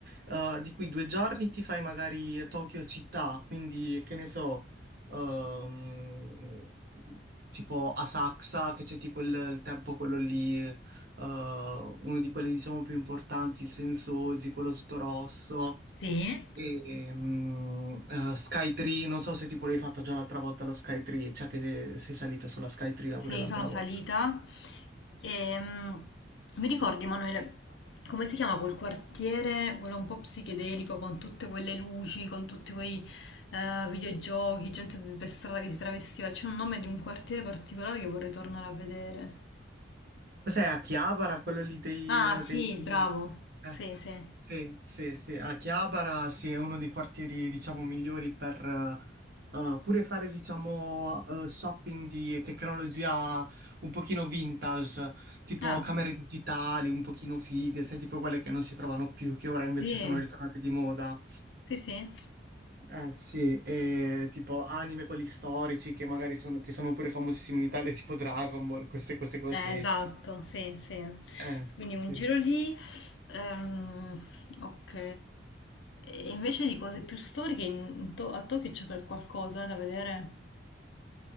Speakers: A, on the right; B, on the left.
A: eh, di cui due giorni ti fai magari Tokyo città, quindi che ne so, ehm, tipo Asakusa, che c'è tipo il, il tempio quello lì, eh, uno di quelli diciamo più importanti, il Sensoji, quello tutto rosso.
B: Sì.
A: E, mm, eh, Skytree, non so se tipo l'hai fatta già l'altra volta lo Skytree, cioè che sei salita sulla Skytree
B: Sì,
A: là pure l'altra
B: sono salita.
A: volta.
B: E, mi ricordi, Emanuele, come si chiama quel quartiere, quello un po' psichedelico, con tutte quelle luci, con tutti quei eh, videogiochi, gente per strada che si travestiva? C'è un nome di un quartiere particolare che vorrei tornare a vedere.
A: Cos'è a Chiabara, quello lì dei...
B: Ah,
A: eh,
B: sì,
A: dei-
B: bravo.
A: eh,
B: Sì, sì.
A: sì, sì, sì, a Chiabara sì, è uno dei quartieri diciamo migliori per eh, eh, pure fare diciamo eh, shopping di tecnologia un pochino vintage, tipo
B: Ah,
A: camere digitali un pochino fighe, sai, tipo quelle che non si trovano più, che ora
B: sì.
A: invece sono ritornate di moda.
B: Sì, sì.
A: Eh sì, e tipo anime quelli storici che magari sono, che sono pure famosissimi in Italia, <laughs> tipo Dragon Ball, queste cose così.
B: Eh, esatto, sì, sì.
A: Eh,
B: Quindi un
A: sì.
B: giro lì, ehm, ok. E invece di cose più storiche, in- in To- a Tokyo c'è qual- qualcosa da vedere?